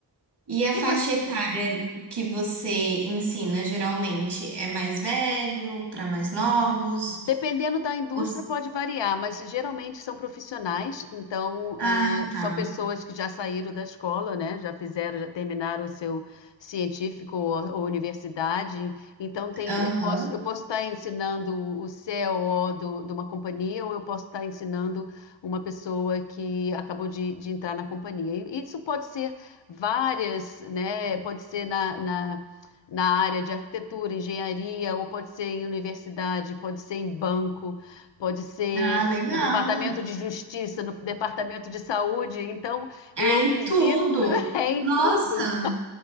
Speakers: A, on the right; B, on the left.
A: E a
B: E
A: faixa
B: você?
A: etária que você ensina geralmente é mais velho, para mais novos?
B: Dependendo da indústria,
A: Os-
B: pode variar, mas geralmente são profissionais, então
A: Ah,
B: ah, são
A: tá.
B: pessoas que já saíram da escola, né? Já fizeram, já terminaram o seu científico ou, ou universidade. Então tem,
A: Aham.
B: eu posso, eu posso estar ensinando o CEO do, de uma companhia, ou eu posso estar ensinando uma pessoa que acabou de, de entrar na companhia. E isso pode ser várias, né? Pode ser na na- na área de arquitetura, engenharia, ou pode ser em universidade, pode ser em banco, pode ser
A: Ah, legal.
B: no departamento de justiça, no departamento de saúde. Então, eu
A: É em
B: visito
A: tudo.
B: <laughs> é, em
A: Nossa,
B: tudo.